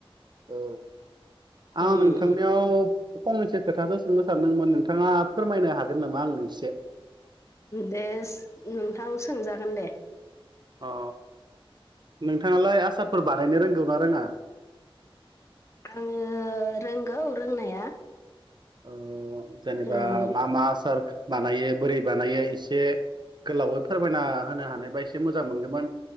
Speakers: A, on the right (about 50°); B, on the left (about 30°).
A: औ आं
B: ओं
A: नोंथांनियाव फंनैसो खोथासो सोंनो सानदोंमोन नोंथाङा फोरमायनो हागोन नामा आंनो एसे?
B: देस नोंथां सोंजागोन दे।
A: औ नोंथाङालाय आसारफोर बानायनो रोंगौ ना रोङा?
B: आङो रोंगौ रोंनाया।
A: ओ जेनेबा
B: ओं
A: मा मा आसार बानायो बोरै बानायो एसे गोलावै फोरमायना होनो हानायबा एसे मोजां मोनगौमोन